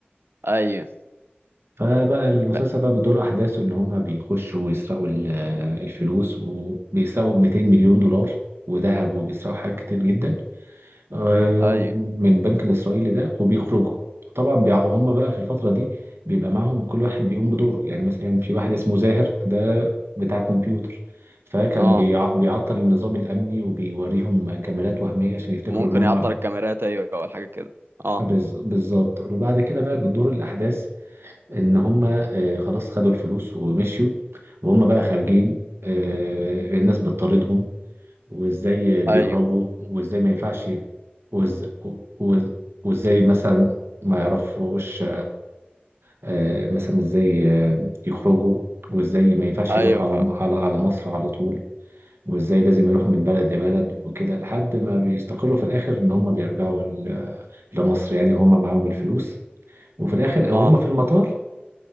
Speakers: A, on the right; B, on the right.
A: ايوه
B: فبقى المسلسل
A: ب-
B: بقى بدور احداثه ان هم بيخشوا ويسرقوا ال- الفلوس وبيسرقوا 200 مليون دولار وذهب وبيسرقوا حاجات كتير جدا آه،
A: ايوه
B: من البنك الإسرائيلي ده وبيخرجوا طبعا بيع- هم بقى في الفترة دي بيبقى معاهم كل واحد بيقوم بدوره يعني مثلا في واحد اسمه زاهر ده بتاع كمبيوتر فكان
A: اه
B: بيع- بيعطل النظام الأمني وبيوريهم كاميرات وهمية عشان يفتكروا
A: ممكن
B: إن هم
A: يعطل الكاميرات ايوه او حاجه كده اه
B: بز- بالظبط وبعد كده بقى بتدور الأحداث إن هم آه، خلاص خدوا الفلوس ومشيوا وهم بقى خارجين آه، الناس بتطاردهم وازاي بيهربوا
A: ايوه
B: وازاي ما ينفعش وإز... وإز... وازاي مثلا ما يعرفوش آه، مثلا ازاي آه، يخرجوا وازاي ما ينفعش
A: ايوه
B: يروحوا
A: فعلا
B: على على على مصر على طول وازاي لازم يروحوا من بلد لبلد وكده لحد ما بيستقروا في الاخر ان هم بيرجعوا ل- لمصر يعني هم معاهم الفلوس وفي الاخر او
A: اه
B: هم في المطار